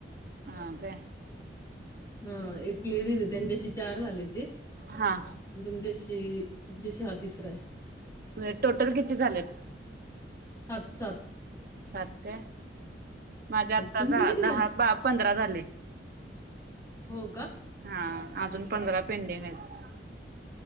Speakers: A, on the right (about 55°); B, on the left (about 20°).
A: हा काय
B: हा एक लेडीज हे त्यांच्याशी चार झाले हुते अन
A: हा
B: तुमच्याशी तुमच्याशी हा तिसराय
A: <unintelligible> टोटल किती झाल्यात
B: सात सात
A: सात काय माझे आत्ता
B: तुमचे
A: झा
B: किती
A: दहा
B: झाले?
A: बा पंधरा झाले
B: हो का
A: हा अजून पंधरा पेंडिंग हायत